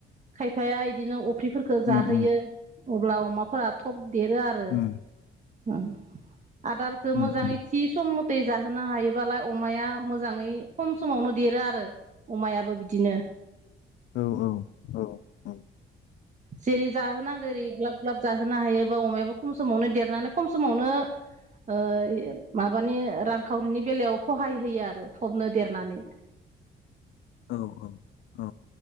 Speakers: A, on the right (about 35°); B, on the left (about 70°).
A: खायफाया बिदिनो अफ्रिफोरफोरखौ
B: उम
A: जाहोयो,
B: उम
A: अब्ला अमाफोरा थब देरो आरो
B: उम
A: ओम आदारखौ
B: उम
A: मोजाङै
B: उम
A: थि समख थे जाहोनो हायोबालाय अमाया मोजाङै खम समावनो देरो आरो। अमायाबो बिदिनो।
B: औ औ औ औ।
A: जेरै जाहोनांगौ ओरै ग्लाब ग्लाब जाहोनो हायो बा अमायाबो खम समावनो देरनानै खम समावनो ओ माबानि रांखावरिनि बेलायाव सहाय होयो आरो थबनो देरनानै। <inaudible>
B: औ औ औ।